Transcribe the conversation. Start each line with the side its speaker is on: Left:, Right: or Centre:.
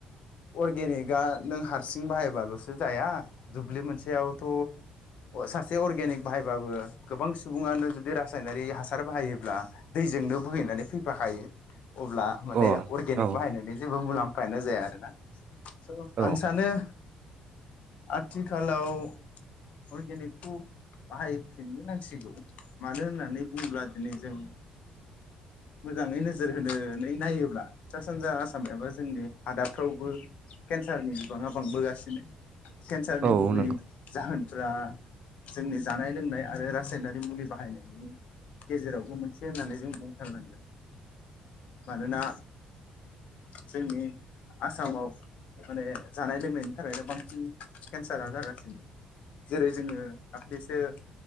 Left: अर्गेनिकआ नों हारसिं बाहायबाल'सो जाया दुब्लि मोनसेयावथ' सासे अर्गेनिक बाहायबाबो गोबां सुबुङानो जुदि रासायनारि हासार बाहायोब्ला दैजोंनो बोहैनानै फैफाखायो अब्ला माने
Right: अ
Left: अर्गेनिक
Right: औ
Left: बाहायनायनि जेबो मुलाम फायानो जाया आरो ना <inaudible> स
Right: औ
Left: आं सानो आथिखालाव अर्गेनिकखौ बाहायफिननो नांसिगौ मानो होननानै बुङोब्ला दिनै जों मोजाङै नोजोर होनानै नायोब्ला सा सानजा आसाम एबा जोंनि हादाबफ्राव बो केन्सारनि बिबाङा बांबोगासिनो केन्सारनि
Right: औ
Left: गुबै
Right: नंगौ
Left: जाहोन फ्रा जोंनि जानाय लोंनाय आरो रासायनारि मुलि बाहायनायनि गेजेरावबो मोनसे होननानै जों बुंथारनांगोन मानोना जोंनि आसामाव माने जानाय लोंनायनि थाखायनो बांसिन केन्सारा जागासिनो जेरै जोङो दाखलिसो